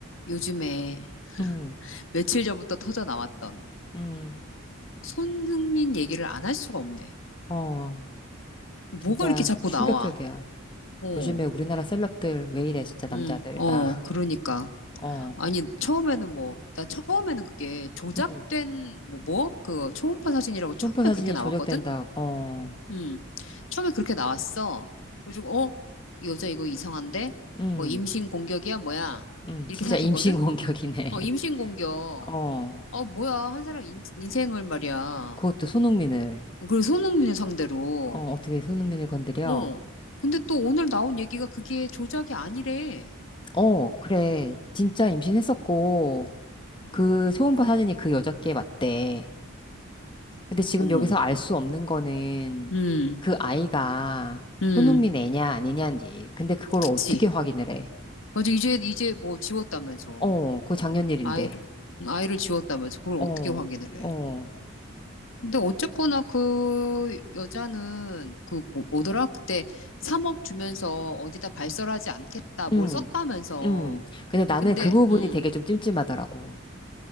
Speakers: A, on the left (about 70°); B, on the left (about 25°).
A: 요즘에
B: 음,
A: 며칠 전부터 터져 나왔던
B: 음.
A: 손흥민 얘기를 안 할 수가 없네.
B: 어,
A: 뭐가
B: 진짜
A: 이렇게 자꾸
B: 충격적이야.
A: 나와? 어,
B: 요즘에 우리나라 셀럽들 왜 이래, 진짜 남자들,
A: 응, 어,
B: 다. <laughs>
A: 그러니까.
B: 어,
A: 아니, 처음에는 뭐, 나 처음에는 그게 조작된,
B: 음.
A: 뭐, 뭐? 그 초음파 사진이라고 처음에
B: 흉포 사진이
A: 그렇게 나왔거든?
B: 조작된다. 어,
A: 응, 처음에 그렇게 나왔어. 그래가지고, 어, 이 여자 이거 이상한데?
B: 음,
A: 뭐, 임신 공격이야, 뭐야?
B: 음.
A: 이렇게
B: 진짜
A: 생각했거든?
B: 임신 공격이네.
A: 어,
B: <laughs>
A: 임신 공격.
B: 어,
A: 어, 뭐야. 한 사람 인, 인생을 말이야.
B: 그것도 손흥민을.
A: 그리고 손흥민 상대로.
B: 어, 어떻게 손흥민을 건드려?
A: 어, 근데 또 오늘 나온 얘기가 그게 조작이 아니래.
B: 어, 그래. 진짜 임신했었고,
A: 음,
B: 그 초음파 사진이 그 여자께 맞대. 근데 지금
A: 어머,
B: 여기서 알 수 없는 거는
A: 음,
B: 그 아이가
A: 음,
B: 손흥민 애냐 아니냐인지. 근데 그걸
A: 그치?
B: 어떻게 확인을 해?
A: 맞아, 이제, 이제 뭐 지웠다면서.
B: 어, 그거 작년 일인데.
A: 아이를, 음, 아이를 지웠다면서. 그걸
B: 어,
A: 어떻게 확인을 해?
B: 어,
A: 근데 어쨌거나 그 여자는 그 뭐, 뭐더라? 그때 3억 주면서 어디다 발설하지 않겠다.
B: 음,
A: 뭘 썼다면서.
B: 음. 근데 나는
A: 근데
B: 그 부분이
A: 음,
B: 되게 좀 찜찜하더라고.